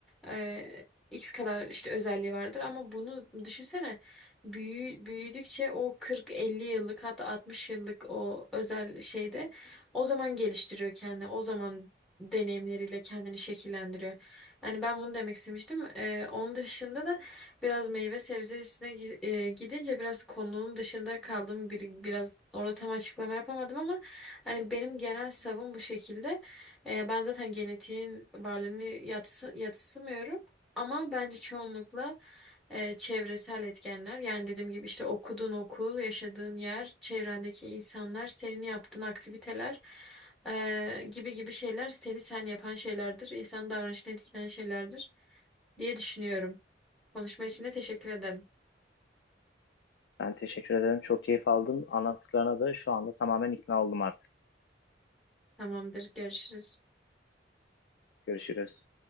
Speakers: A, in the centre; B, on the left (about 65°).
A: e, X kadar işte özelliği vardır ama bunu düşünsene büyü, büyüdükçe o 40-50 yıllık hatta 60 yıllık o özel şeyde o zaman geliştiriyor kendini. O zaman deneyimleriyle kendini şekillendiriyor. Yani ben bunu demek istemiştim. Ee, onun dışında da biraz meyve sebze üstüne gi- e, gidince biraz konunun dışında kaldım. Bir, biraz orada tam açıklama yapamadım ama hani benim genel savım bu şekilde. Ee, ben zaten genetiğin varlığını yatsı, yatsımıyorum. Ama bence çoğunlukla e, çevresel etkenler. Yani dediğim gibi işte okuduğun okul, yaşadığın yer, çevrendeki insanlar, senin yaptığın aktiviteler e, gibi gibi şeyler seni sen yapan şeylerdir. İnsan davranışını etkileyen şeylerdir diye düşünüyorum. Konuşma için de teşekkür ederim.
B: Ben teşekkür ederim. Çok keyif aldım. Anlattıklarına da şu anda tamamen ikna oldum artık.
A: Tamamdır, görüşürüz.
B: Görüşürüz.